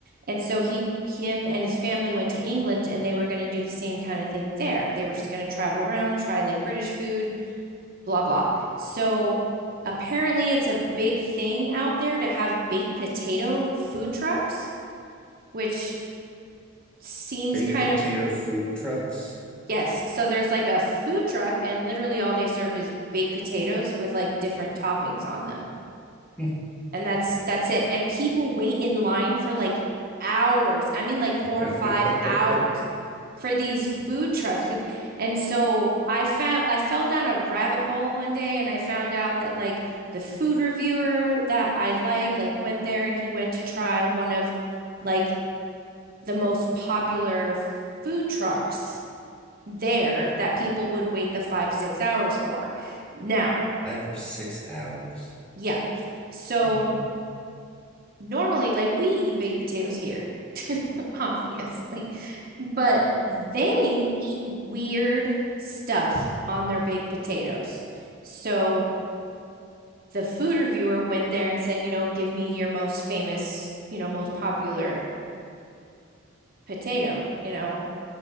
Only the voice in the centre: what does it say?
Baked
potato
food trucks.
<laughs>
I
for six hours.
All right.